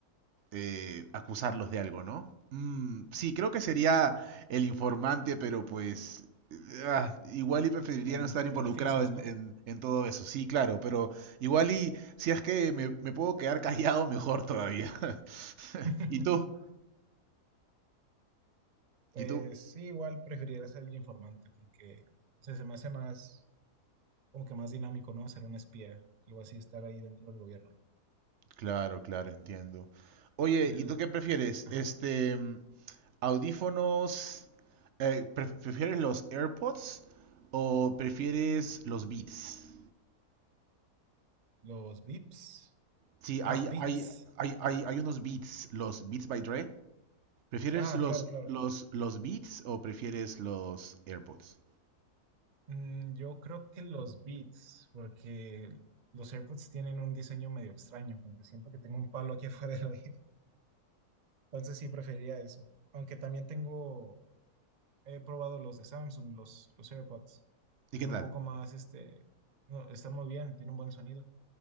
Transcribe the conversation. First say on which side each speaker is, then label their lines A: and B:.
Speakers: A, on the right; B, on the right.
A: eh, acusarlos de algo, ¿no? Mm, sí, creo que sería el informante, pero pues ah, igual y preferiría
B: con
A: no estar involucrado
B: beneficios,
A: en,
B: ¿no?
A: en- en todo eso. Sí, claro, pero igual y si es que me, me puedo quedar <laughs> callado, mejor todavía. <laughs>
B: <laughs>
A: ¿Y tú?
B: Pues
A: ¿Y tú?
B: sí, igual preferiría ser el informante porque o sea, se me hace más, como que más dinámico, ¿no? Ser un espía, algo así, estar ahí dentro del gobierno.
A: Claro, claro, entiendo. Oye,
B: Y el-
A: ¿y tú qué prefieres?
B: ajá,
A: Este, mm, audífonos, eh, pref- ¿prefieres los AirPods o prefieres los Beats?
B: los VIPs.
A: Sí, hay,
B: Ah, bits.
A: hay, hay, hay, hay unos beats, los Beats by Dre. ¿Prefieres
B: Ah,
A: los,
B: claro, claro.
A: los, los beats o prefieres los AirPods?
B: Mm, yo creo que los Beats, porque los AirPods tienen un diseño medio extraño, como que siento que tengo un palo aquí <laughs> afuera del oído. Entonces sí preferiría eso. Aunque también tengo, he probado los de Samsung, los, los AirPods.
A: ¿Y
B: Son
A: qué tal?
B: un poco más, este, no, están muy bien, tienen un buen sonido